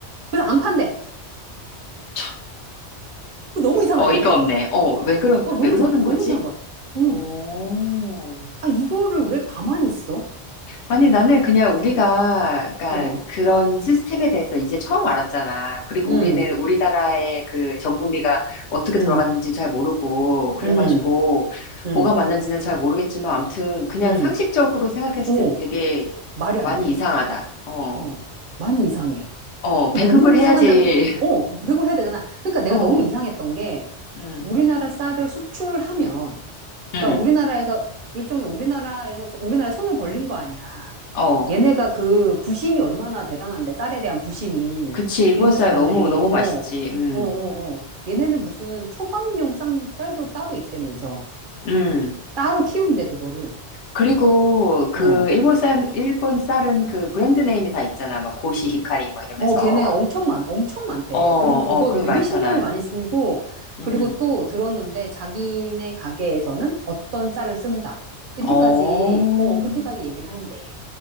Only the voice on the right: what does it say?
그래서 안 판대.
그 너무 이상하지
않냐?
어, 너무
이상, 너무
이상한 거야. 어,
아, 이거를 왜 가만히 있어?
어,
음,
음,
음, 음.
응,
어,
말이 안
돼.
어, 많이 이상해.
그
농협이
상한다는 것, 어, 회고를 해야 되잖아. 그러니까
내가
너무 이상했던 게
우리나라 쌀을 수출하면,
그러니까 우리나라에서 일종의 우리나라에서 우리나라 손을 벌린 거 아니야.
얘네가 그 부심이 얼마나 대단한데 쌀에 대한 부심이
일본
사람들이
어, 어,
어, 어. 얘네는 무슨 초밥용 쌀- 쌀도 따로 있다면서
따로 키운대 그거를.
어.
어, 걔네 엄청 많, 엄청 많대.
그리고 그거
되게
신경을 많이 쓰고,
그리고 또 들었는데 자기네 가게에서는 어떤 쌀을 쓴다. 이렇게까지,
어, 그렇게까지 얘기를 하는데.